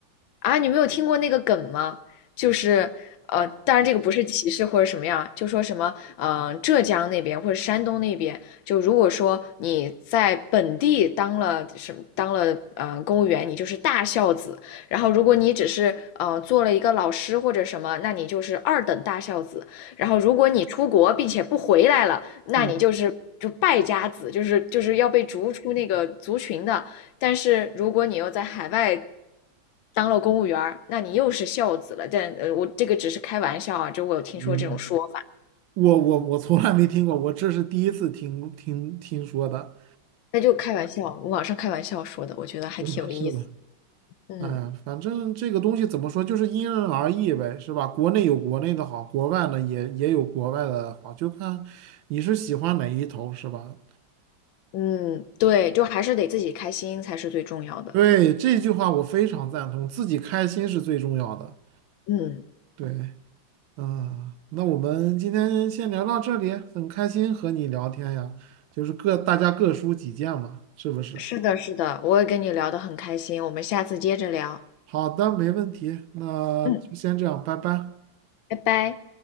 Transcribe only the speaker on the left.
啊，你没有听过那个梗吗？就是呃，当然这个不是歧视或者什么样，就说什么呃，浙江那边或者山东那边，就如果说你在本地当了什么当了呃公务员，你就是大孝子；然后如果你只是呃做了一个老师或者什么，那你就是二等大孝子；然后如果你出国并且不回来了，那你就是。
就败家子，就是就是要被逐出那个族群的。但是如果你又在海外当了公务员儿，那你又是孝子了。但呃，我这个只是开玩笑啊，就我有听说这种说法，
那就开玩笑，网上开玩笑说的，我觉得还挺有意思。
嗯
嗯，对，就还是得自己开心才是最重要的。
嗯，
是的，是的，我也跟你聊得很开心，我们下次接着聊。
嗯，
拜拜。